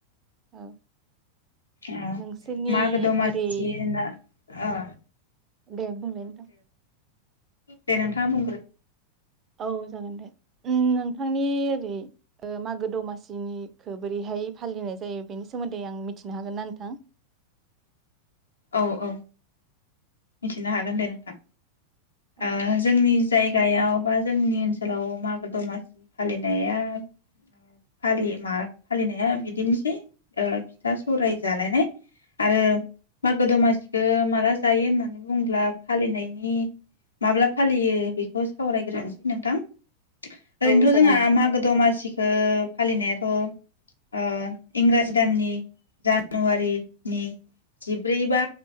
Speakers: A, on the right (about 25°); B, on the left (about 75°).
A: औ
B: ओ
A: नोंसोरनि
B: मागो दमासि
A: ओरै
B: होनना ओ
A: दे बुंलाय नोंथां।
B: दे नोंथाङा बुंग्रो।
A: औ जागोन दे उम नोंथांनि जेरै मागो दमासि सिनिखौ बोरैहाय फालिनाय जायो बेनि सोमोन्दै आं मिथिनो हागोन ना नोंथां ।
B: औ औ। मिथिनो हागोन दे नोंथां।
A: औ
B: ओ जोंनि जायगायाव बा जोंनि ओनसोलाव मागो दमासि फालिनायालि मा फालिनाया बिदिनोसै ओ फिथा सौराय जालायनाय आरो मागो दमासिखौ माला जायो होननानै बुंब्ला फालिनायनि माब्ला फालियो बेखौ सावरायग्रोनोसै नोंथां ओरैनोथ
A: औ जागोन
B: जोंहा
A: नोंथां
B: मागो दमासिखो फालिनाया थ ओ इंराजि दाननि जानुवारिनि जिब्रै बा